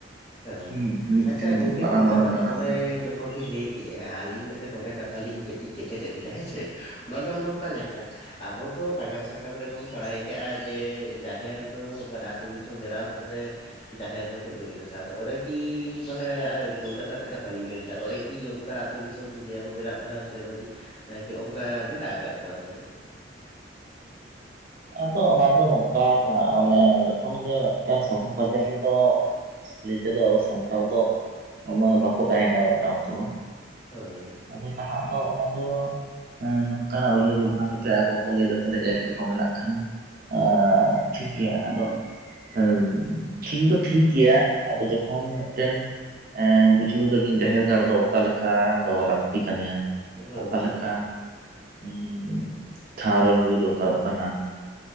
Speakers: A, on the left; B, on the right.
A: ᱦᱳᱭ,
B: ᱦᱩᱸ ᱢᱤᱫᱴᱮᱱ
A: ᱟᱪᱪᱷᱟ ᱜᱚᱝᱠᱮ
B: ᱢᱟᱨᱟᱝ
A: ᱠᱳᱞᱠᱟᱛᱟ
B: ᱢᱟᱨᱟᱝ ᱱᱟᱜᱟᱨ
A: ᱢᱟᱜ ᱢᱚᱬᱮ
B: ᱨᱮ
A: ᱡᱚᱠᱷ ᱠᱷᱚᱱ ᱵᱤᱱ ᱞᱟᱹᱭ ᱠᱮᱜ-ᱟ ᱟᱹᱞᱤᱧ ᱢᱤᱫᱴᱮᱱ ᱱᱚᱸᱰᱮ ᱠᱟᱛᱷᱟ ᱞᱤᱧ ᱠᱟᱹᱴᱤᱡ ᱠᱮᱪᱮᱫ ᱮᱫ ᱵᱤᱱᱟ, ᱦᱮᱸ ᱥᱮ᱾ ᱚᱱᱟ ᱫᱚ ᱱᱚᱝᱠᱟ ᱞᱮᱠᱟ ᱟᱵᱚ ᱛᱚ ᱱᱟᱜᱟᱢ ᱥᱟᱠᱟᱢ ᱨᱮᱵᱚᱱ ᱵᱟᱲᱟᱭ ᱠᱟᱜ-ᱟ ᱡᱮ ᱡᱟᱦᱮᱨ ᱫᱚ ᱢᱟᱱᱮ ᱟᱛᱩ ᱫᱤᱥᱚᱢ ᱵᱮᱱᱟᱣ ᱯᱚᱨᱮ ᱡᱟᱦᱮᱨ ᱫᱚᱠᱚ ᱵᱮᱨᱮᱫᱟ᱾ ᱟᱫᱚ ᱚᱸᱰᱮ ᱠᱤ ᱢᱟᱱᱮ ᱠᱳᱞᱠᱟᱛᱟ ᱨᱮᱱᱟᱜ ᱠᱟᱛᱷᱟ ᱞᱤᱧ ᱢᱮᱱᱮᱫᱟ, ᱚᱸᱰᱮ ᱠᱤ ᱚᱝᱠᱟ ᱟᱹᱛᱩ ᱫᱤᱥᱚᱢ ᱡᱮ ᱟᱵᱚ ᱢᱮᱱᱟᱜ ᱵᱚᱱᱟ ᱥᱮ ᱢᱟᱺᱡᱷᱤ ᱱᱟᱭᱠᱮ ᱚᱝᱠᱟ ᱢᱮᱱᱟᱜ ᱟᱠᱟᱜ ᱠᱚᱣᱟ ᱥᱮ᱾
B: ᱟᱫᱚ ᱚᱱᱟ ᱫᱚ ᱱᱚᱝᱠᱟ ᱠᱟᱱᱟ ᱢᱟᱱᱮ ᱡᱚᱠᱷᱚᱱ ᱜᱮ ᱢᱤᱫᱴᱟᱝ ᱥᱚᱦᱚᱨ ᱵᱟᱡᱟᱨ ᱨᱮᱫᱚ ᱞᱟᱹᱭ ᱛᱮᱫᱚ ᱟᱵᱚ ᱥᱟᱱᱛᱟᱲ ᱫᱚ ᱢᱟᱱᱮ ᱵᱟᱠᱚ ᱛᱟᱦᱮᱸ ᱠᱟᱱᱟ ᱢᱤᱫᱴᱟᱝ ᱚᱠᱛᱚ ᱫᱚ᱾
A: ᱦᱳᱭ᱾
B: ᱟᱫᱚ ᱱᱟᱦᱟᱜ ᱫᱚ ᱚᱱᱟ ᱫᱚ ᱮᱸᱻ ᱱᱚᱝᱠᱟ ᱦᱚᱸ ᱩᱭᱦᱟᱹᱨ ᱵᱷᱟᱵᱽᱱᱟ ᱠᱟᱛᱮᱜ ᱟᱠᱚ ᱠᱚ ᱞᱟᱹᱭᱫᱟ ᱛᱟᱦᱞᱮ <unintelligible> ᱠᱚ ᱢᱮᱱᱟᱜ ᱠᱷᱟᱱ ᱟᱨ
A: ᱦᱳᱭ᱾
B: ᱴᱷᱤᱠ ᱜᱮᱭᱟ ᱟᱫᱚ ᱦᱮᱸ ᱴᱷᱤᱠ ᱫᱚ ᱴᱷᱤᱠ ᱜᱮᱭᱟ ᱟᱫᱚ ᱡᱚᱠᱷᱚᱱ ᱢᱮᱫᱴᱮᱱ ᱮᱸ ᱵᱩᱡᱷᱟᱹᱣ ᱫᱟᱵᱤᱱ ᱡᱟᱦᱮᱨ ᱜᱟᱲ ᱫᱚ ᱚᱠᱟ ᱞᱮᱠᱟ ᱫᱚᱦᱚ ᱞᱟᱹᱠᱛᱤ ᱠᱟᱱᱜᱮᱭᱟ?
A: ᱦᱳᱭ
B: ᱚᱠᱟᱞᱮᱠᱟ ᱩᱸ ᱴᱷᱟᱶ ᱨᱮ ᱦᱩᱭ ᱫᱚᱨᱠᱟᱨᱚᱜ ᱠᱟᱱᱟ?